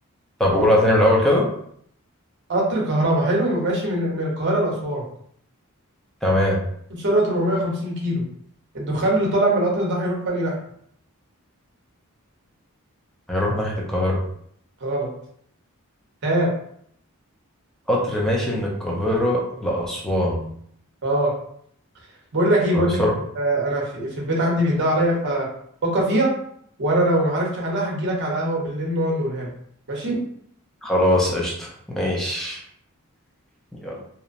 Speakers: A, in the centre; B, on the right.
A: طب قولها تاني من الاول كده
B: قطر كهربا حلو ماشي من من القاهره لاسوان
A: تمام
B: سرعه 450 كيلو الدخان اللي طالع من القطر ده هيروح في انهي ناحيه
A: هيروح ناحية القاهرة
B: غلط ها
A: قطر ماشي من القاهرة لأسوان
B: اه بقول لك ايه
A: بسرعة
B: بقول لك إيه. آه انا في, في البيت عندي بيندهوا عليا ففكر فيها وانا لو ما عرفتش احلها هجي لك على القهوه بالليل نقعد نقولها لك ماشي
A: خلاص قشطة ماشي يلا